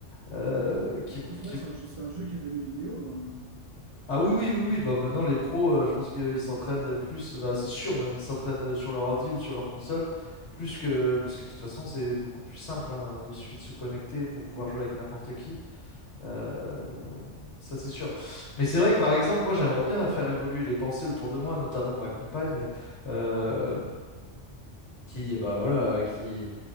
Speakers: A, on the left (about 70°); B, on the right (about 60°).
A: euh,
B: Ouais.
A: qui, vont-
B: Au final,
A: qui,
B: c'est un jeu, c'est un jeu qui est devenu vidéo. hein.
A: ah oui, oui, oui, oui. Bah, maintenant, les pros, euh, je pense qu'ils s'entraînent plus, bah, c'est sûr même, ils s'entraînent euh, sur leur ordi ou sur leur console, plus que, parce que de toute façon, c'est beaucoup plus simple, hein. Il suffit de se connecter pour
B: Mmh.
A: pouvoir jouer avec n'importe qui. Euh, ça, c'est sûr. Mais c'est vrai que, par exemple, moi, j'aimerais bien faire évoluer les pensées autour de moi, notamment ma compagne, euh, qui, bah, voilà, qui,